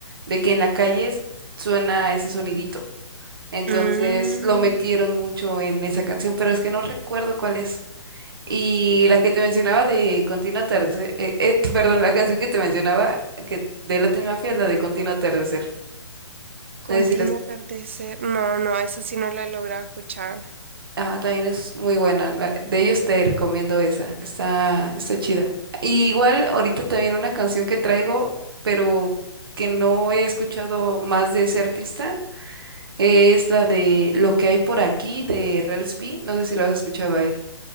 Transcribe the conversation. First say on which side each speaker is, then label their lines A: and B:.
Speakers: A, on the right; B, on the right.
A: de que en la calle suena ese sonidito. Entonces
B: Mm,
A: lo metieron mucho en esa canción, pero es que no recuerdo cuál es. Y la que te mencionaba de Continuo Atardecer, eh, eh, <laughs> perdón, la canción que te mencionaba que de Latin Mafia es la de Continuo Atardecer.
B: continuo
A: Es decir, es-
B: atardecer. No, no, esa sí no la he logrado escuchar.
A: ah, también es muy buena. la- de ellos te recomiendo esa, está, está chida. Y igual ahorita también una canción que traigo, pero que no he escuchado más de ese artista, es la de Lo que hay por aquí de Rels B. No sé si lo has escuchado a él.